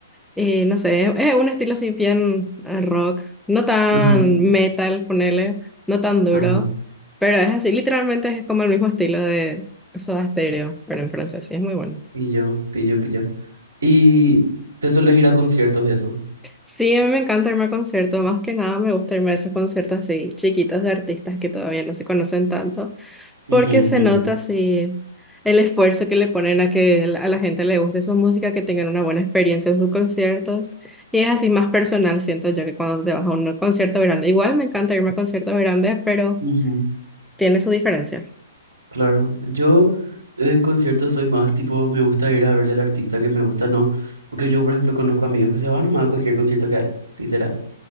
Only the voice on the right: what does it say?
Ajá,
ajá.
Pillo, pillo, pillo. ¿Y te sueles ir a conciertos y eso?
Ujú,
ujú,
ujú.
Claro, yo en conciertos soy más tipo, me gusta ir a verle al artista que me gusta, no, porque yo, por ejemplo, conozco amigos que se van nomás a cualquier concierto que hay, literal.